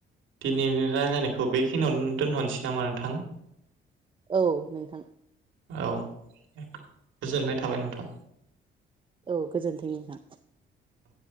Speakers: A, on the right (about 80°); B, on the right (about 25°).
A: दिनैनि रायलायनाय खौ बेखिनियावनो दोनथ'नोसै नामा नोंथां?
B: औ नोंथां।
A: औ। गोजोननाय
B: औ
A: थाबाय नोंथां।
B: औ गोजोन्थों नोंथां।
A: औ